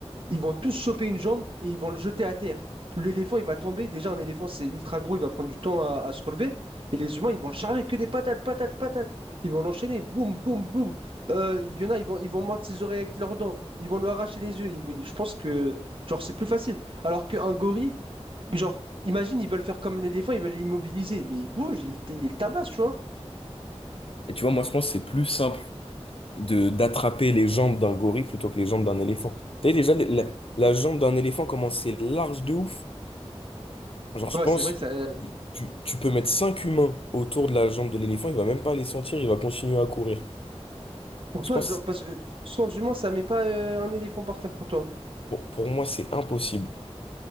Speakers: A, on the right (about 55°); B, on the left (about 55°).
A: Ils vont tous choper une jambe et ils vont le jeter à terre. L'éléphant, il va tomber. Déjà, un éléphant, c'est ultra gros, il va prendre du temps à, à se relever. Et les humains, ils vont le charger que des patates, patates, patates. Ils vont l'enchaîner, boum, boum, boum. Euh, Il y en a, ils vont, ils vont mordre ses oreilles avec leurs dents. Ils vont lui arracher les yeux. Ils vont- je pense que, genre, c'est plus facile. Alors qu'un gorille, genre, imagine, ils veulent faire comme l'éléphant, ils veulent l'immobiliser. Mais il bouge, il, il les tabasse, tu vois.
B: Et tu vois, moi, je pense que c'est plus simple de d'attraper les jambes d'un gorille plutôt que les jambes d'un éléphant. Tu sais, déjà, la, la jambe d'un éléphant, comment c'est large de ouf. Genre, je
A: Ouais,
B: pense,
A: c'est vrai que ça. euh,
B: tu, tu peux mettre 5 humains autour de la jambe de l'éléphant, il va même pas les sentir, il va continuer à courir.
A: pour
B: Je
A: toi,
B: pense.
A: genre, parce que sans humain, ça met pas euh, un éléphant par terre pour toi.
B: Bon, pour moi, c'est impossible.